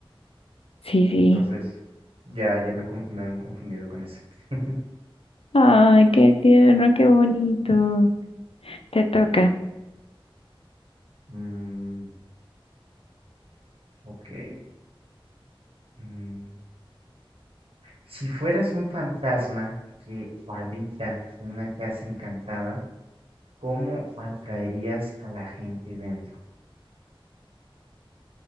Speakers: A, on the left; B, on the right.
A: Sí, sí.
B: Entonces, ya, ya me, con- me han confundido con ese. <laughs>
A: Ay, qué tierno, qué bonito. Te toca.
B: Ujú. Mm, ok. Mm. Si fueras un fantasma que habita una casa encantada, ¿cómo atraerías a la gente dentro?